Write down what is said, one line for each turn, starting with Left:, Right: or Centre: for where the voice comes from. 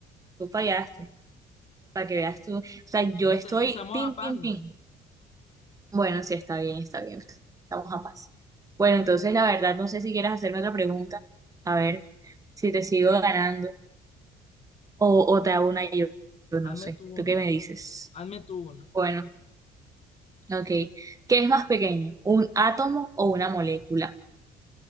Right: Tú fallaste. Para que veas tú. O sea,
Left: Bueno,
Right: yo estoy
Left: entonces estamos
Right: tin,
Left: a paz,
Right: tin,
Left: ¿no?
Right: tin. Bueno, sí, está bien, está bien. Estamos a paz. Bueno, entonces la verdad, no sé si quieres hacerme otra pregunta. A ver si te sigo ganando. O, o te hago una yo. Yo no
Left: Hazme
Right: sé.
Left: tú
Right: ¿Tú
Left: una.
Right: qué me dices?
Left: Hazme tú una.
Right: Bueno, ok. ¿Qué es más pequeño? ¿Un átomo o una molécula?